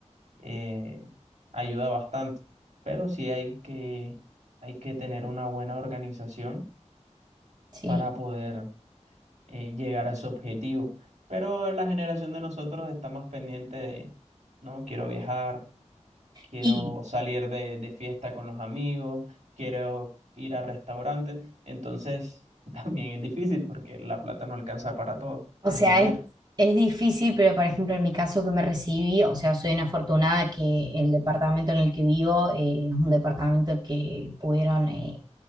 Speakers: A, on the right; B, on the right.
A: eh, ayuda bastante, pero sí hay que, hay que tener una buena organización
B: sí.
A: para poder eh, llegar a ese objetivo. Pero la generación de nosotros está más pendiente de, no, quiero viajar, quiero
B: Y
A: salir de, de fiesta con los amigos, quiero ir a restaurantes. Entonces, <laughs> también es difícil porque la plata no alcanza para todo,
B: O
A: el
B: sea,
A: dinero.
B: es, es difícil, pero por ejemplo en mi caso que me recibí, o sea, soy una afortunada que el departamento en el que vivo eh, es un departamento que pudieron eh,